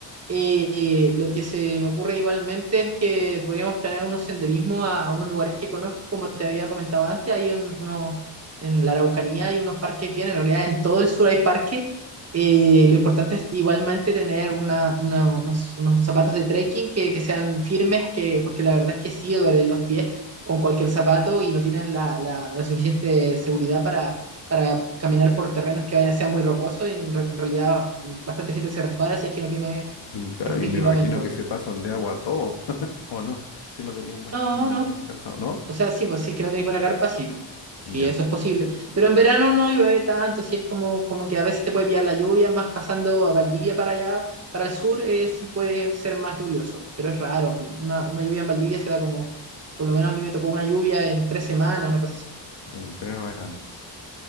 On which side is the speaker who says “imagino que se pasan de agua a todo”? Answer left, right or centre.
Left